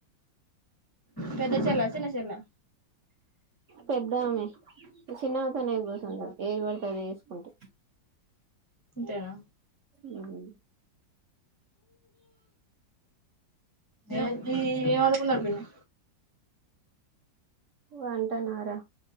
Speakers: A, on the left (about 35°); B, on the right (about 60°).
A: పెద్ద చెల్లా చిన్న చెల్లా
B: పెద్దమే చిన్నమే తో ఏ గోస
A: కింద
B: వుండద్. ఏది వడితే అద్ ఎస్ కుంటూ
A: ఇంతేనా
B: నహీ
A: న్నది ఏవండుకున్నారు పిన్ని
B: వంటనరా